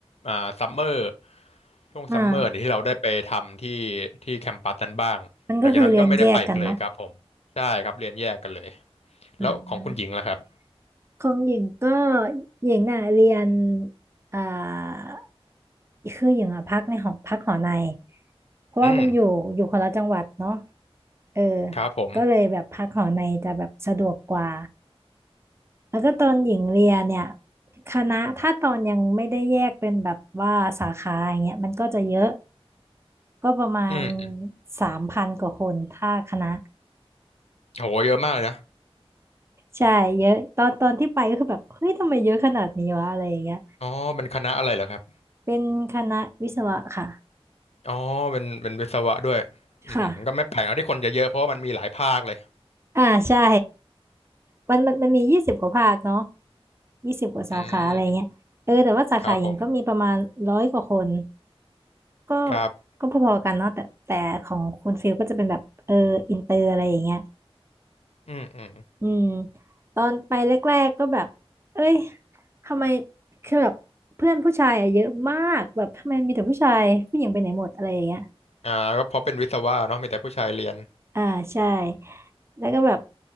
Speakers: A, on the left; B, on the right.
A: อ่าซัมเมอร์ช่วงซัมเมอร์เนี่ยที่เราได้ไปทำที่ที่แคมปัสนั้นบ้างหลังจากนั้นก็ไม่ได้ไปอีกเลยครับผมใช่ครับเรียนแยกกันเลย
B: อ่ามันก็คือเรียนแยกกันเนาะ
A: แล้วของคุณหญิงล่ะครับ
B: อืม ของหญิงก็หญิงน่ะเรียนอ่าคือหญิงอ่ะพักในหอพักหอในเพราะว่ามันอยู่อยู่คนละจังหวัดเนาะ
A: อืม
B: เออ
A: ครับผม
B: ก็เลยแบบพักหอในจะแบบสะดวกกว่าแล้วก็ตอนหญิงเรียนเนี่ยคณะถ้าตอนยังไม่ได้แยกเป็นแบบว่าสาขาอย่างเงี้ยมันก็จะเยอะก็ประมาณ
A: อืม
B: สามพันกว่าคนถ้าคณะ
A: โหเยอะมากเลยนะ
B: ใช่เยอะตอนตอนที่ไปก็คือแบบเฮ้ยทำไมเยอะขนาดนี้วะอะไรอย่างเงี้ย
A: อ๋อเป็นคณะอะไรเหรอครับ
B: เป็นคณะวิศวะค่ะ
A: อ๋อเป็นเป็นวิศวะด้วยอืมก็ไม่แปลกเนอะที่คนเยอะๆเพราะว่ามันมีหลายภาคเลย
B: ค่ะอ่าใช่มันมันมันมียี่สิบกว่าภาคเนาะยี่สิบกว่าสาขาอะไรเงี้ยเออแต่ว่าสาขาหญิงก็มีประมาณร้อยกว่าคน
A: อืมครับผม
B: ก็
A: ครับ
B: ก็พอๆกันเนาะแต่แต่ของคุณฟิลก็จะเป็นแบบเอออินเตอร์อะไรอย่างเงี้ย
A: อืมอืม
B: อืมตอนไปแรกๆก็แบบเอ้ยทำไมคือแบบเพื่อนผู้ชายอะเยอะมากแบบทำไมมีแต่ผู้ชายผู้หญิงไปไหนหมดอะไรอย่างเงี้ย
A: อ่าก็เพราะเป็นวิศวะเนาะมีแต่ผู้ชายเรียน
B: อ่าใช่แล้วก็แบบ